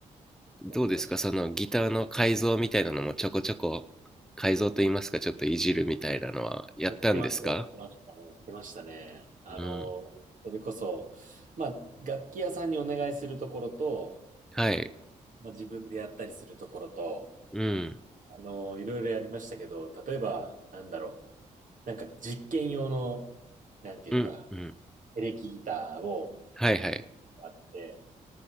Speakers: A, on the right; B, in the centre.
A: 確かに確か
B: どうですかそのギターの改造みたいなのもちょこちょこ改造といいますか、ちょっといじるみたいなのはやったんですか
A: に。やってました、やってました、やってましたね。あの、
B: うん。
A: それこそ、まあ、楽器屋さんにお願いするところと、
B: はい。
A: まあ、自分でやったりするところと、
B: うん。
A: あの、いろいろやりましたけど、例えば、なんだろう。なんか実験用の、なんていうのかな。
B: うん。うん。
A: エレキギターを
B: はいはい。
A: あって、